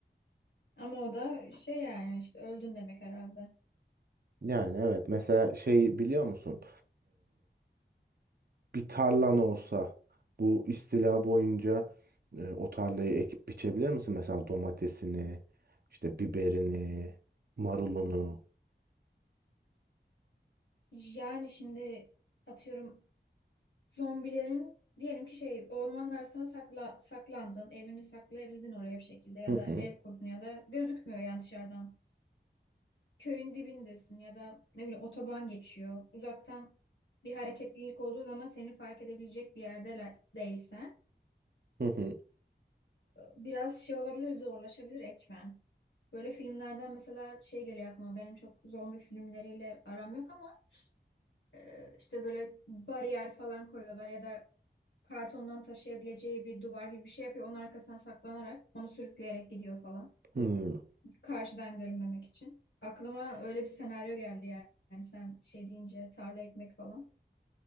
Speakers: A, on the left; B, on the right.
A: Ama o da şey yani işte öldün demek herhalde.
B: Yani evet mesela şey biliyor musun? bir tarlan olsa bu istila boyunca e, o tarlayı ekip biçebilir misin? Mesela domatesini, işte biberini, marulunu.
A: Yani şimdi atıyorum Zombilerin diyelim ki şey ormanın arasına sakla, saklandın. Evini saklayabildin oraya bir şekilde ya
B: Hı hı,
A: da ev kurdun ya da gözükmüyor yani dışarıdan. Köyün dibindesin ya da ne bileyim otoban geçiyor. Uzaktan bir hareketlilik olduğu zaman seni fark edebilecek bir yerdeler değilsen
B: hı hı,
A: biraz şey olabilir zorlaşabilir ekmen. Böyle filmlerden mesela şey geliyor aklıma benim çok zombi filmleriyle aram yok ama e, işte böyle bariyer falan koyuyorlar ya da kartondan taşıyabileceği bir duvar gibi bir şey yapıyor. Onun arkasına saklanarak onu sürükleyerek gidiyor falan.
B: hı.
A: Karşıdan görünmemek için. Aklıma öyle bir senaryo geldi yani. Yani sen şey deyince tarla ekmek falan.